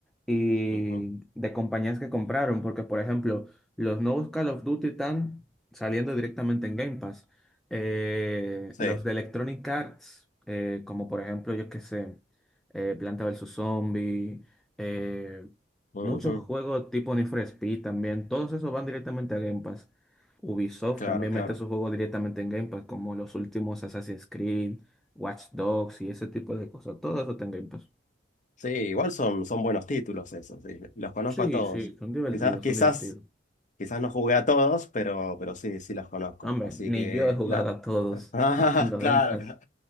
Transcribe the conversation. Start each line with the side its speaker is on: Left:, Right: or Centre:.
Centre: y
Left: Ujú.
Centre: de compañías que compraron, porque por ejemplo, los nuevos Call of Duty están saliendo directamente en Game Pass. Eh,
Left: Sí,
Centre: los de Electronic Arts, eh, como por ejemplo, yo qué sé, eh, Planta vs. Zombie, eh,
Left: ujú,
Centre: muchos juegos tipo Need for Speed también, todos esos van directamente a Game Pass. Ubisoft
Left: Claro,
Centre: también
Left: claro.
Centre: mete sus juegos directamente en Game Pass, como los últimos Assassin's Creed, Watch Dogs y ese tipo de cosas. Todo eso está en Game Pass.
Left: Sí, igual son, son buenos títulos esos, sí, Los conozco
Centre: Sí,
Left: a todos.
Centre: sí, son divertidos,
Left: Quizás, quizás,
Centre: son divertidos.
Left: quizás no jugué a todos, pero, pero sí, sí los conozco.
Centre: Hombre,
Left: Así
Centre: ni
Left: que,
Centre: yo he jugado
Left: la-
Centre: a todos
Left: <laughs> Ah,
Centre: y tengo
Left: claro,
Centre: Game Pass.
Left: claro.